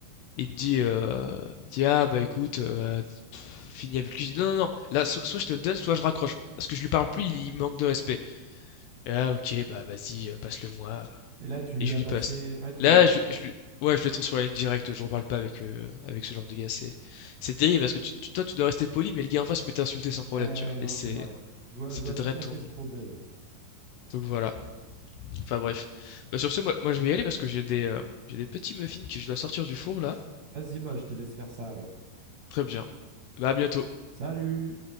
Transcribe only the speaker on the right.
Et là, tu lui
as
passé.
Ouais, tu
lui as passé.
Ouais, ouais, ouais,
non,
c'est vrai. Je vois,
je vois
tout à
fait ce problème. ouais.
Vas-y, bah, je te laisse faire ça alors.
Salut!